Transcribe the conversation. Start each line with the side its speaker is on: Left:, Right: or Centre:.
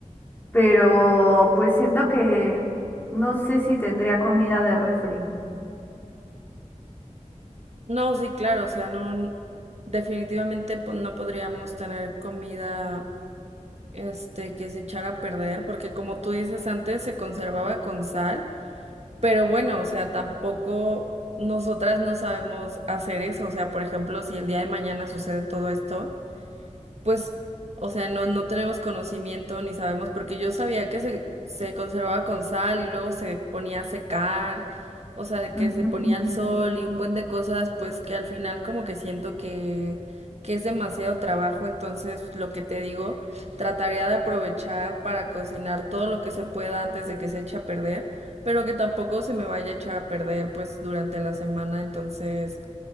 Left: Pero pues siento que no sé si tendría comida de refri.
Right: No, sí, claro, o sea, no, definitivamente po- no podríamos tener comida, este, que se echara a perder porque como tú dices antes se conservaba con sal, pero bueno, o sea, tampoco nosotras no sabemos hacer eso, o sea, por ejemplo, si el día de mañana sucede todo esto. Pues, o sea, no, no tenemos conocimiento ni sabemos, porque yo sabía que se, se conservaba con sal y luego se ponía a secar, o sea, que
Left: Ujú.
Right: se ponía al sol y un buen de cosas, pues que al final como que siento que, que es demasiado trabajo, entonces lo que te digo, trataría de aprovechar para cocinar todo lo que se pueda antes de que se eche a perder, pero que tampoco se me vaya a echar a perder pues durante la semana, entonces